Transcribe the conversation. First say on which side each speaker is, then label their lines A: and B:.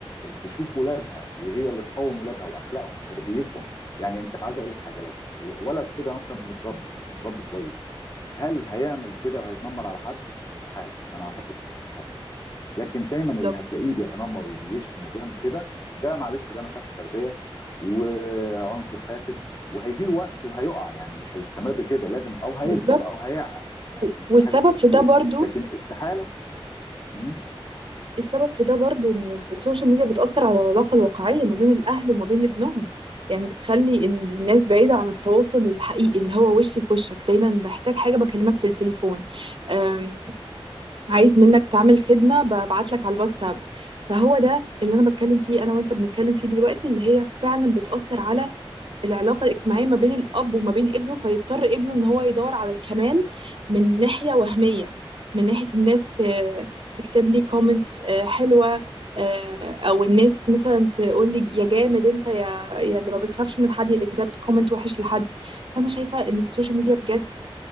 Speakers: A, on the left (about 40°); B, on the right (about 60°).
A: تشوف ولادها وهي اللي تقوم ولادها واخلاقهم تربيتهم يعني انت عايز اقول لك حاجه لو ولد كده مثلا متربي متربي كويس هل هيعمل كده وهيتنمر على حد؟ استحاله انا اعتقد استحاله لكن دايما
B: بالظبط
A: اللي هتلاقيه بيتنمر وبيشتم وبيعمل كده ده معلش ده ما شافش تربيه وعنصر فاسد وهيجي له وقت وهيقع يعني مش هيستمر كده لازم او هيكبر
B: بالظبط
A: او هيعقل يعني
B: و- والسبب
A: في حاجات كتير
B: في ده برضو
A: لكن استحاله مم.
B: السبب في ده برضو ان السوشيال ميديا بتأثر على العلاقة الواقعية ما بين الأهل وما بين ابنهم يعني بتخلي إن الناس بعيدة عن التواصل الحقيقي اللي هو وشي في وشك دايما محتاج حاجة بكلمك في التليفون أم، عايز منك تعمل خدمة ببعت لك على الواتساب فهو ده اللي أنا بتكلم فيه أنا وأنت بنتكلم فيه دلوقتي اللي هي فعلا بتأثر على العلاقة الاجتماعية ما بين الأب وما بين ابنه فيضطر ابنه إن هو يدور على الكمال من ناحية وهمية من ناحية الناس ت- تكتب لي كومنتس حلوة آه، أو الناس مثلا تقول لي يا جامد أنت يا يا اللي ما بتخافش من حد يا اللي كتبت كومنت وحش لحد فأنا شايفة إن السوشيال ميديا بجد